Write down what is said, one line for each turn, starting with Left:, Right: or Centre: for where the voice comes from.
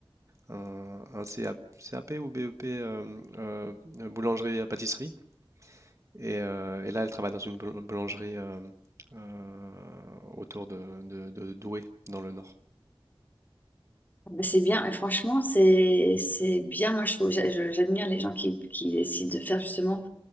Right: un, un CA CAP ou BEP euh, euh, euh, boulangerie à pâtisserie. Et, euh, et là, elle travaille dans une boul- boulangerie euh, euh, autour de, de- de Douai, dans le nord.
Left: Bah, C'est bien, et franchement, c'est c'est bien, moi je trouve, j'a- je- j'admire les gens qui, qui décident de faire justement,